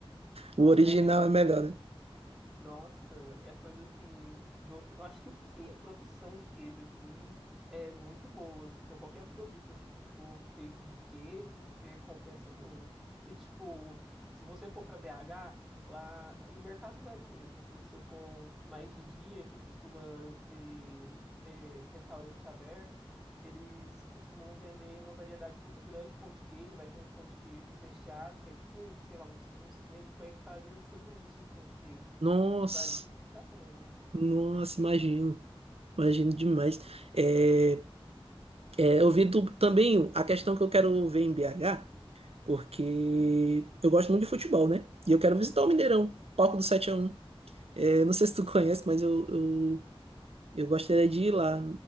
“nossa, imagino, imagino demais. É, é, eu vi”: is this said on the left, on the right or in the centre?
Right